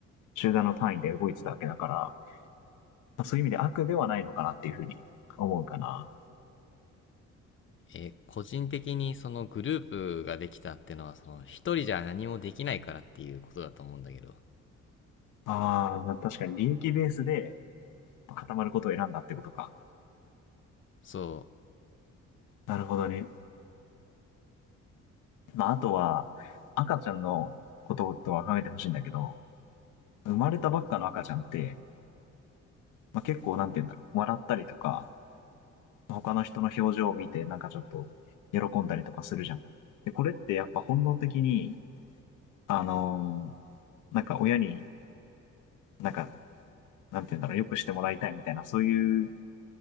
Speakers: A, on the left; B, on the left.
A: 集団の単位で動いてたわけだから、まあ、そういう意味で悪ではないのかなっていうふうに思うかな。
B: え、個人的にそのグループができたってのはその一人じゃ何もできないからっていうことだと思うんだけど。
A: ああ、まあ、確かに利益ベースで固まることを選んだってことか。
B: そ
A: なるほどね。まあ、あとは、赤ちゃんのこととは考えてほしいんだけど、生まれたばっかの赤ちゃんって、まあ、結構なんて言うんだろう、笑ったりとか、他の人の表情を見てなんかちょっと喜んだりとかするじゃん。で、これってやっぱ本能的に、あのーなんか親になんか、なんて言うんだろう、よくしてもらいたいみたいな、そういう